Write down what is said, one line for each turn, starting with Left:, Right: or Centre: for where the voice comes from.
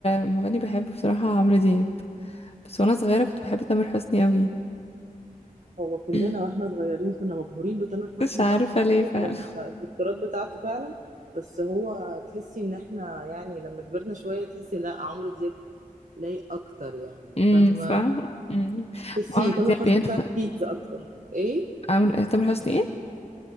Left: مغني بحبه بصراحة عمرو دياب بس وانا صغيرة كنت بحب تامر حسني اوي
Right: هو كلنا
Left: <laughs>
Right: واحنا
Left: <clears throat>
Right: صغيرين كنا مبهورين بتامر حسني
Left: مش عارفة
Right: بقى وحاسين
Left: ليه
Right: ال-
Left: فعلا
Right: الافتراض بتاعته فعلا بس هو تحسي ان احنا يعني لما كبرنا شوية تحسي لا عمرو دياب لايق اكتر يعني
Left: امم
Right: فاهمة
Left: صح امم
Right: تحسي
Left: وعمرو
Right: تامر
Left: دياب
Right: حسني
Left: ينفع
Right: بتاع تينز اكتر ايه
Left: عمرو تامر حسني ايه